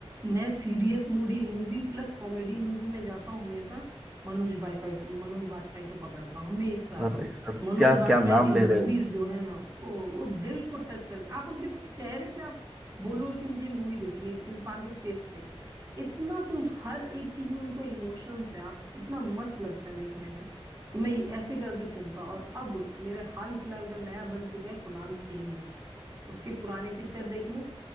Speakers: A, on the right; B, in the centre.
A: मैं serious moody movie plus comedy movie में जाता हूँ हमेशा मनोज बाजपेयी मनोज बाजपेयी को पकड़ता हूँ हमेशा
B: अरे सर
A: मनोज
B: क्या
A: बाजपेयी
B: क्या नाम
A: की मूवीज
B: ले रहे हो
A: जो है ना वो वो दिल को टच करती आप उनके चेहरे से आप बोलोगे कि मुझे मूवी देखनी है इस इंसान के फेस से इतना तो उस हर एक चीज में उनका इमोशंस है आप इतना मस्त लगता है देखने में तो मैं ये ऐसे करके चुनता हूं। और अब मेरे हाल फिलहाल का नया बन चुका है कुणाल खेमू उसके पुराने पिक्चर देख लो